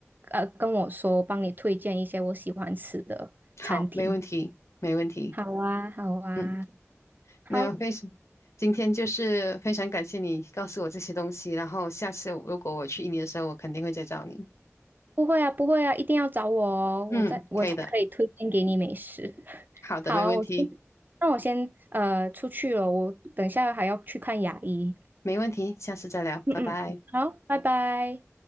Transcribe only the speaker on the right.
呃跟我说，我帮你推荐一些我喜欢吃的餐厅。
好啊，好啊，
好，
不会啊，不会啊，一定要找我哦，我在我才可以推荐给你美食。
<laughs>
好啊，
我先，那我先呃出去了，我等一下还要去看牙医。
嗯嗯。
好，拜拜。